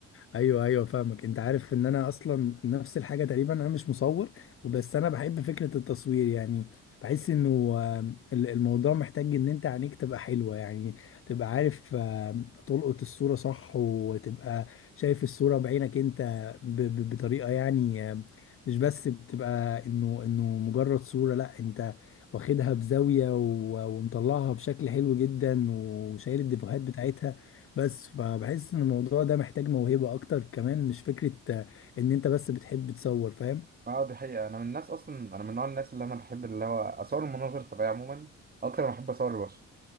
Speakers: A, on the left; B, on the right.
A: ايوه ايوه فاهمك انت عارف ان انا اصلا نفس الحاجه تقريبا انا مش مصور وبس انا بحب فكره التصوير يعني بحس انه آه، ال- الموضوع محتاج ان انت عينيك تبقى حلوه يعني تبقى عارف آه، تلقط الصوره صح وتبقى شايف الصوره بعينك انت ب- ب- بطريقه يعني آه، مش بس بتبقى انه انه مجرد صوره لا انت واخدها بزاويه و- ومطلعها بشكل حلو جدا وشايل الديفوهات بتاعتها بس فبحس ان الموضوع ده محتاج موهبة اكتر كمان مش فكرة آه، ان انت بس بتحب تصور فاهم
B: اه دي حقيقة أنا من الناس أصلا أنا من نوع الناس اللي أنا بحب اللي هو أصور المناظر الطبيعية عموما أكتر ما بحب أصور البشر